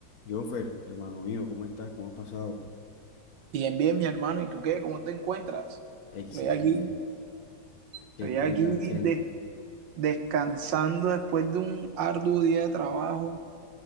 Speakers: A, on the left (about 55°); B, on the right (about 75°).
A: Jonfer, hermano mío, ¿cómo estás? ¿Cómo has pasado?
B: Bien, bien, mi hermano. ¿Y tú qué? ¿Cómo te encuentras?
A: Excelente.
B: Estoy aquí,
A: ¿Qué
B: estoy
A: qué
B: aquí
A: andas haciendo?
B: de- descansando después de un arduo día de trabajo